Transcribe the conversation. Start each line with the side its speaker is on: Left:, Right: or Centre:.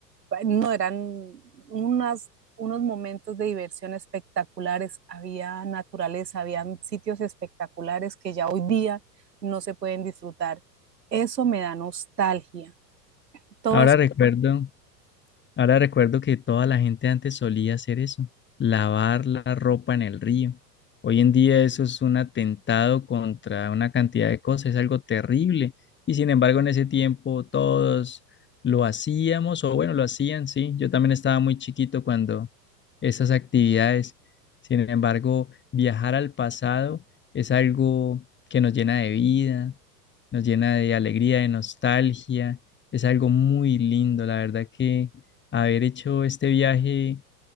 Right: No, eran unas, unos momentos de diversión espectaculares, había naturaleza, habían sitios espectaculares que ya hoy día no se pueden disfrutar. Eso me da nostalgia. Todo
Left: Ahora
Right: eso
Left: recuerdo. Ahora recuerdo que toda la gente antes solía hacer eso, lavar la ropa en el río. Hoy en día eso es un atentado contra una cantidad de cosas, es algo terrible. Y sin embargo, en ese tiempo todos lo hacíamos, o bueno, lo hacían, sí. Yo también estaba muy chiquito cuando esas actividades. Sin embargo, viajar al pasado es algo que nos llena de vida, nos llena de alegría, de nostalgia. Es algo muy lindo, la verdad que haber hecho este viaje